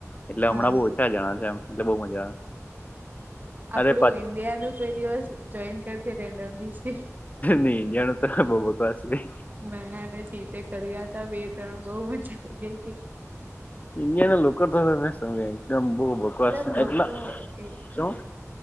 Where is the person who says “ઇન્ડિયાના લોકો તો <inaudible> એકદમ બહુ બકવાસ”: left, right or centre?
Left